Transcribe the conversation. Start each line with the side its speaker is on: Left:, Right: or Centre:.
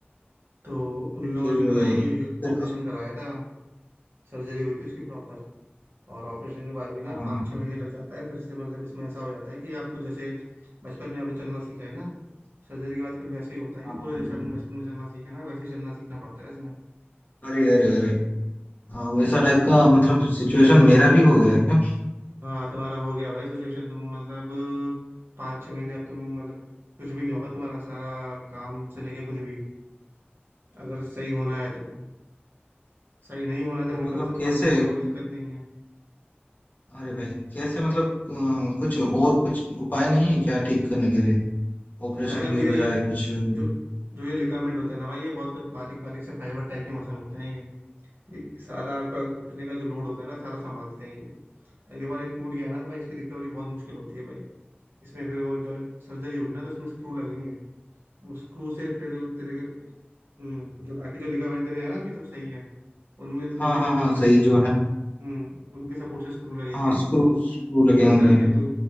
Right: तो उन लोगों
Left: फिर
Right: ने तो भाई
Left: फिर
Right: ऑपरेशन कराया था सर्जरी हुई थी उसकी प्रॉपर और ऑपरेशन के बाद भी ना
Left: हाँ
Right: पाँच
Left: हाँ
Right: छः महीने लग जाता है फिर से मतलब इसमें ऐसा हो जाता है कि आपको जैसे बचपन में आपने चलना सीखा है ना सर्जरी के बाद फिर वैसे ही होता है
Left: हाँ
Right: कि
Left: हाँ
Right: पूरा
Left: हाँ।
Right: जैसे आपने बचपन में चलना सीखा है ना वैसे ही चलना सीखना पड़ता है इसमें
Left: अरे अरे अरे हाँ वैसा
Right: हम्म
Left: टाइप का मतलब सिचुएशन मेरा भी हो गया है क्या
Right: हाँ तुम्हारा हो गया भाई सिचुएशन तुम मतलब पाँच छः महीने अब तुम मतलब कुछ भी नहीं होगा तुम्हारा सारा काम से लेके कुछ भी अगर सही होना है तो सही नहीं होना है
Left: तो
Right: तो फिर
Left: मतलब
Right: कल से
Left: कैसे
Right: दुकान चले जाओ कोई दिक्कत नहीं है
Left: अरे भाई कैसे मतलब अ, कुछ और कुछ उपाय नहीं है क्या ठीक करने के लिए ऑपरेशन
Right: भाई अब
Left: के
Right: ये
Left: बजाय कुछ अरे
Right: जो जो ये लिगामेंट होता है ना भाई ये बहुत बारीक बारीक से फाइबर टाइप के मसल होते हैं ये ये सारा आपका घुटने का जो लोड होता है ना सारा संभालते हैं ये अगली बार ये टूट गया ना तो भाई इसकी रिकवरी बहुत मुश्किल होती है भाई इसमें फिर वो जो सर्जरी होगी ना तो उसमें स्क्रू लगेंगे वो स्क्रू से फिर तेरे के हम्म, जो बाकी जो लिगामेंट तेरे है ना अभी जो सही है उनमें उनके
Left: हाँ हाँ
Right: सपोर्ट
Left: हाँ सही
Right: से
Left: जो है
Right: हम्म, उनके सपोर्ट से स्क्रू लगेंगे
Left: हाँ स्क्रू स्क्रू लगेंगे
Right: फिर जाके तू